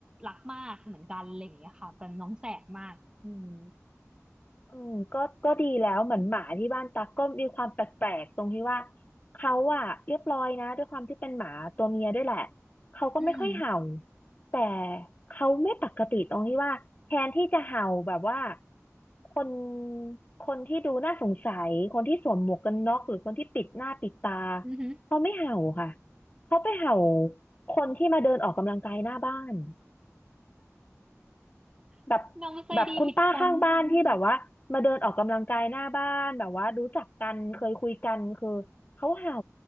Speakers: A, on the right; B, on the left.
A: รักมากเหมือนกันอะไรอย่างเงี้ยค่ะแต่น้องแสบมากอืม
B: อืมก็ก็ดีแล้วเหมือนหมาที่บ้านตักก็มีความแปลกๆตรงที่ว่าเขาอะเรียบร้อยนะด้วยความที่เป็นหมาตัวเมียด้วยแหละเขาก็ไม่ค่อยเห่า
A: อืม
B: แต่เขาไม่ปกติตรงที่ว่าแทนที่จะเห่าแบบว่าคนคนที่ดูน่าสงสัยคนที่สวมหมวกกันน็อกหรือคนที่ปิดหน้าปิดตา
A: อือหือ
B: เขาไม่เห่าค่ะเขาไปเห่าคนที่มาเดินออกกำลังกายหน้าบ้าน แบบ
A: <laughs> น้องใจดีผิดคนอืม
B: แบบคุณป้าข้างบ้านที่แบบว่ามาเดินออกกำลังกายหน้าบ้านแบบว่ารู้จักกันเคยคุยกันคือเขาเห่า